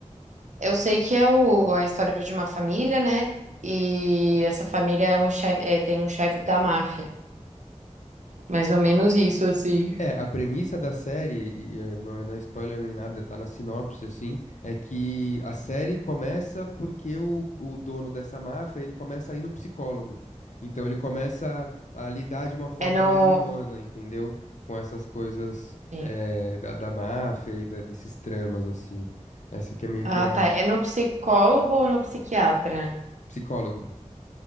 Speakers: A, on the right; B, on the left.
A: Eu sei que é o, a história de uma família, né? E essa família é o chefe, é, tem um chefe da máfia. Mais ou menos isso, assim.
B: É, a premissa da série, e, eh, não é na spoiler nem nada, tá na sinopse, assim, é que a série começa porque o, o dono dessa máfia, ele começa a ir no psicólogo. Então ele começa a, a lidar de uma forma
A: É no.
B: mais humana, entendeu? Com essas coisas
A: Sim.
B: eh, da, da máfia e da- desses tramas, assim. Essa que é meio
A: Ah,
B: que a
A: tá. É no psicólogo ou no psiquiatra?
B: psicólogo.